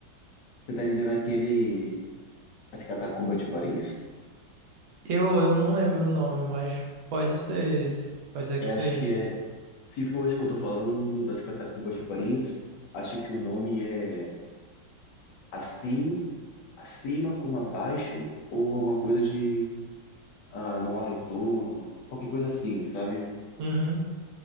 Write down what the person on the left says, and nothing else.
Você tá dizendo aquele. As Catacumbas de Paris?
É,
acho que é. Se for isso que eu tô falando das Catacumbas de Paris, acho que o nome é Assim, Acima como Abaixo, ou alguma coisa de. Ah, não há retorno, qualquer coisa assim, sabe?